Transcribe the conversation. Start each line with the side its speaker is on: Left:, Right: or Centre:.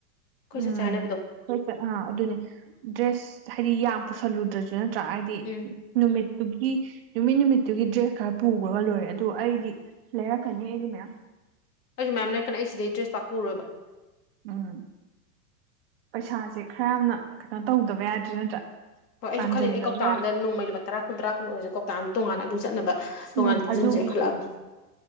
Left: ꯑꯩꯈꯣꯏ
Right: ꯎꯝ
Left: ꯆꯠꯁꯦ ꯍꯥꯢꯅꯕꯗꯣ
Right: ꯑꯥ ꯑꯗꯨꯅꯦ ꯗ꯭ꯔꯦꯁ ꯍꯥꯏꯗꯤ ꯌꯥꯝ ꯄꯨꯁꯜꯂꯨꯗ꯭ꯔꯁꯨ ꯅꯠꯇ꯭ꯔꯥ ꯍꯥꯏꯗꯤ
Left: ꯎꯝ
Right: ꯅꯨꯃꯤꯠꯇꯨꯒꯤ ꯅꯨꯃꯤꯠ ꯅꯨꯃꯤꯠꯇꯨꯒꯤ ꯗ꯭ꯔꯦꯁ ꯈꯔ ꯄꯨꯈ꯭ꯔꯒ ꯂꯣꯏꯔꯦ ꯑꯗꯣ ꯑꯩꯗꯤ ꯂꯩꯔꯛꯒꯅꯤ ꯑꯩꯗꯤ ꯃꯌꯥꯝ
Left: ꯑꯩꯗꯤ ꯃꯌꯥꯝ ꯂꯩꯔꯛꯀꯅꯤ ꯑꯩ ꯁꯤꯗꯩꯩ ꯗ꯭ꯔꯦꯁ ꯄꯛꯅ ꯄꯨꯔꯣꯏꯕ
Right: ꯎꯝ ꯄꯩꯁꯥꯁꯦ ꯈꯔ ꯌꯥꯝꯅ ꯀꯩꯅꯣ ꯇꯧꯗꯕ ꯌꯥꯗ꯭ꯔꯦ ꯅꯠꯇ꯭ꯔꯥ
Left: ꯍꯣꯏ ꯑꯩꯁꯨ
Right: ꯇꯥꯟꯁꯤꯟꯗꯕ
Left: ꯈꯜꯂꯤꯅꯦ ꯀꯧꯇꯥ
Right: ꯌꯥꯗ꯭ꯔꯦ
Left: ꯑꯃꯗ ꯅꯣꯡꯃꯩ ꯂꯨꯄꯥ ꯇꯔꯥ ꯒꯨꯟ ꯑꯣꯢꯔꯁꯨ ꯀꯧꯇꯥ ꯑꯃ ꯇꯣꯉꯥꯟ ꯑꯗꯨ ꯆꯠꯅꯕ ꯇꯣꯉꯥꯟ
Right: ꯎꯝ
Left: ꯇꯨꯡꯁꯤꯟꯁꯦ
Right: ꯑꯗꯨꯒꯤ
Left: ꯈꯜꯂꯛꯑꯕꯅꯦ